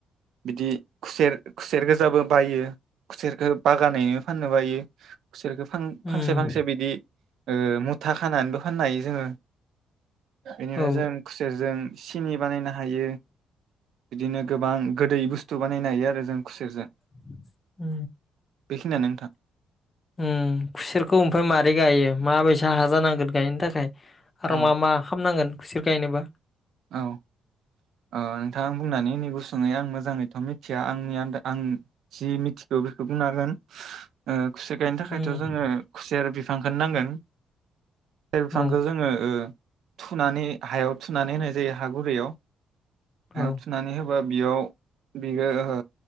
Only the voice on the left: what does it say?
उम
औ
औ
अम खुसेरखौ ओमफ्राय माबारै गायो माबाय सा हा जानांगोन गायनो थाखाय आरो
मा मा खामनांगोन खुसेर गायनोबा
उम
औ
औ